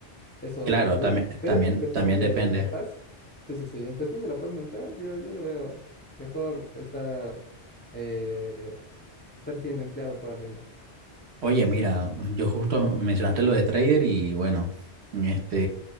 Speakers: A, on the left (about 15°); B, on the right (about 80°).
A: eso
B: Claro,
A: no hay duda,
B: también,
A: pero
B: también,
A: en cuestión
B: también
A: de
B: depende.
A: la paz, sí, sí, sí, en cuestión de la paz mental, yo, yo lo veo mejor estar, eh, estar siendo empleado por alguien más.
B: Oye, mira, yo justo mencionaste lo de trader y bueno, este,